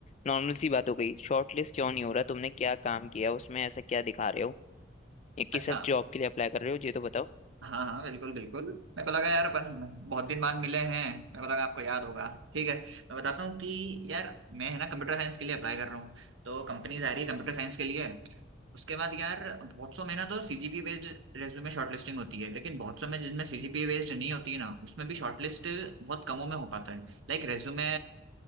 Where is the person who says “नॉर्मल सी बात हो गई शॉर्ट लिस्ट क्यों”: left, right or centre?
Left